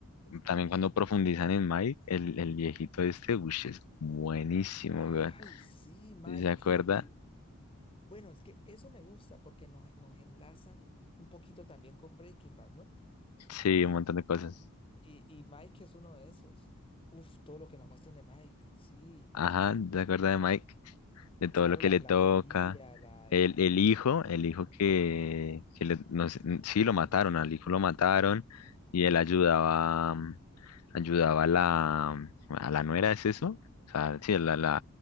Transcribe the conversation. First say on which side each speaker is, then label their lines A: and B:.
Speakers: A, on the left; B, on the left.
A: también cuando profundizan en Mike, el, el viejito este, uy, es buenísimo,
B: Ay,
A: weón.
B: sí, Michael.
A: ¿Se acuerda?
B: Bueno, es que eso me gusta porque nos, nos enlazan un poquito también con Breaking Bad, ¿no?
A: Sí,
B: Y,
A: un montón de cosas.
B: y, y Mike es uno de esos. Uf, todo lo que nos muestran de Mike, sí.
A: Ajá, ¿se acuerda de Mike? De todo
B: Claro,
A: lo que
B: la,
A: le
B: la
A: toca.
B: familia, la,
A: El,
B: la,
A: el hijo, el hijo
B: Ujú,
A: que, que le- no sé, sí, lo mataron, al hijo lo mataron y él ayudaba. mm, ayudaba a la, a la nuera, ¿es eso? O sea, sí, a la, la,